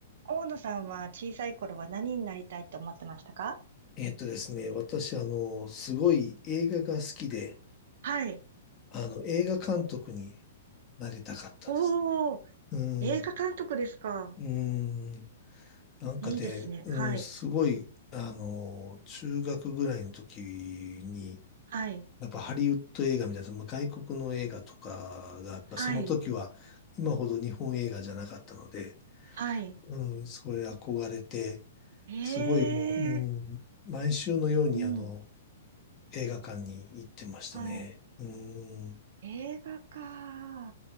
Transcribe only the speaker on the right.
大野さんは小さい頃は何になりたいと思ってましたか
はい。
おー、
映画監督ですか。
いいですね。
はい。
はい。
はい。
はい。
ええ
ー。うん。
はい。
映画か。